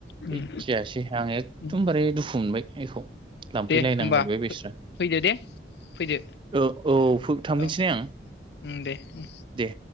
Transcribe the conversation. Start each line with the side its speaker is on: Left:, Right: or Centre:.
Left: उम
Right: <unintelligible> आं एखदमबार
Left: उम
Right: दुखु खुमोनबाय एखौ लांफैलायनांलायबाय
Left: दे होमबा
Right: बेस्रा
Left: फैदो दे फैदो
Right: औ औ थांफिनसै
Left: औ
Right: ने आं
Left: उम दे उम
Right: दे।